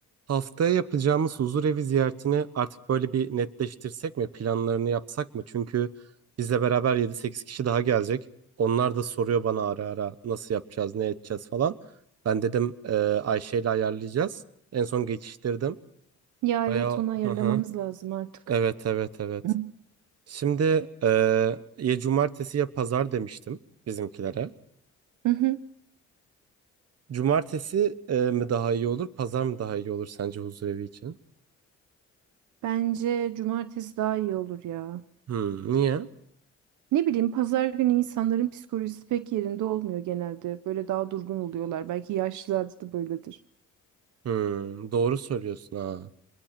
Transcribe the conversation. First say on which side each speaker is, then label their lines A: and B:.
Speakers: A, on the right; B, on the right.
A: Haftaya yapacağımız huzurevi ziyaretini artık böyle bir netleştirsek mi? Planlarını yapsak mı? Çünkü bizle beraber yedi sekiz kişi daha gelecek. Onlar da soruyor bana ara ara nasıl yapacağız, ne edeceğiz falan. Ben dedim e, Ayşe ile ayarlayacağız. En son geçiştirdim.
B: Ya
A: Bayağı
B: evet onu ayarlamamız
A: hı hı.
B: lazım artık.
A: Evet evet evet.
B: Hı
A: Şimdi e, ya cumartesi ya pazar demiştim bizimkilere.
B: hı. hı.
A: Cumartesi e, mi daha iyi olur, pazar mı daha iyi olur sence huzurevi için?
B: Bence cumartesi daha iyi olur ya.
A: Hmm, niye?
B: Ne bileyim pazar günü insanların psikolojisi pek yerinde olmuyor genelde. Böyle daha durgun oluyorlar. Belki yaşlılarda da böyledir.
A: Hmm, doğru söylüyorsun ha.